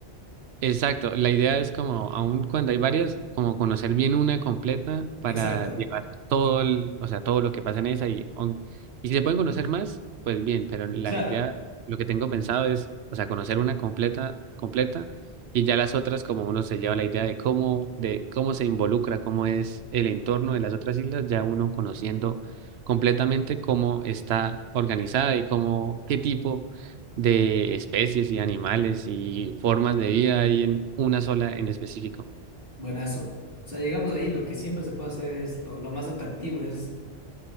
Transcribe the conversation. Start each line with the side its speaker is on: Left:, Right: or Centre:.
Right: Exacto, la idea es como, aun cuando hay varias, como conocer bien una completa para
Left: Exacto.
Right: llevar todo el, o sea, todo lo que pasa en esa y, on- y si se pueden conocer más, pues bien, pero la
Left: Claro.
Right: idea, lo que tengo pensado es, o sea, conocer una completa, completa y ya las otras como uno se lleva la idea de cómo, de cómo se involucra, cómo es el entorno de las otras islas, ya uno conociendo completamente cómo está organizada y cómo, qué tipo de especies y animales y formas de vida ahí en una sola en específico.
Left: Buenazo. O sea, llegamos ahí, lo que siempre se puede hacer es, lo, lo más atractivo es